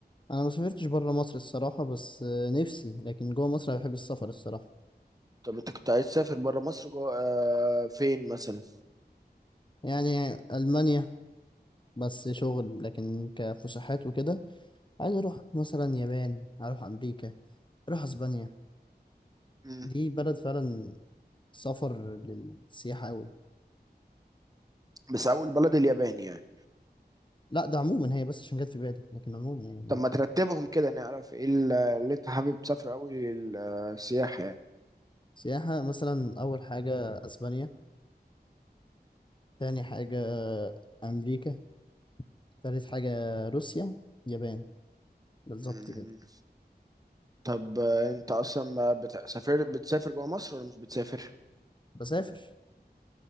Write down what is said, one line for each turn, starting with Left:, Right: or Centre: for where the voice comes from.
Left: انا ما سافرتش بره مصر الصراحه بس آه نفسي لكن جوه مصر أنا بحب السفر الصراحه
Right: طب انت كنت عايز تسافر بره مصر جوه آه، فين مثلا
Left: يعني المانيا بس شغل لكن كفسحات وكده عايز اروح مثلا يابان اروح امريكا اروح اسبانيا
Right: مم.
Left: دي بلد فعلا سفر للسياحة أوي
Right: بس اول بلد اليابان يعني
Left: لا ده عموما هي بس عشان جت في بالي لكن عموما يعني
Right: طب
Left: عادي.
Right: ما ترتبهم كده نعرف ايه اللي اللي انت حابب تسافر اول السياحه
Left: سياحة مثلا أول حاجة أسبانيا تاني حاجة أمريكا تالت حاجة روسيا يابان بالظبط
Right: يعني
Left: كده
Right: طب آه، انت اصلا ما بت- سافر بتسافر جوه مصر ولا مش بتسافر
Left: بسافر